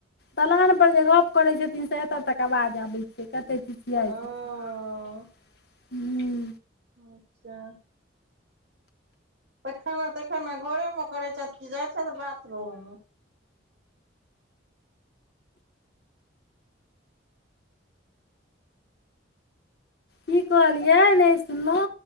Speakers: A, on the left (about 55°); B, on the right (about 60°).
A: दलान पर जे गप करै छथिन से एत तक आवाज आबै छै। क ते चिचिआइ
B: ओ
A: छथि <inaudible> हुं उं
B: अच्छा, पैखाना तैखनाा घरेमे करै छथि की जाइ छथि बाथरूम?
A: की कहलियै नै सुनलौं?